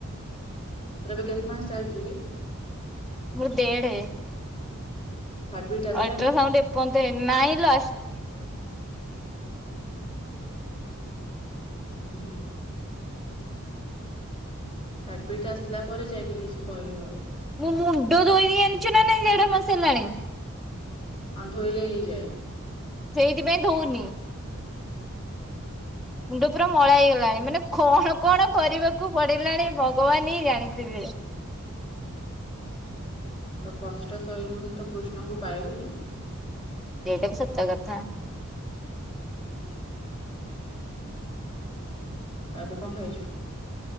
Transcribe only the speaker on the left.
ତୋର ଏବେ କେତେ ମାସ ଚାଲିଛି କି?
ହାର୍ଟବିଟ୍ ଆସିଲାଣି?
ହୁଁ ହୁଁ। ହାର୍ଟବିଟ ଆସିଲା ପରେ ଯାଇକି କିଛି କହିହବ।
ହଁ ଧୋଇଲେ ହେଇଯାଏ।
ତ କଷ୍ଟ ସହିବୁନି ତ କୃଷ୍ଣଙ୍କୁ ପାଇବୁ କେମିତି?
ଆଉ ଏବେ କଣ ଖାଇଛୁ?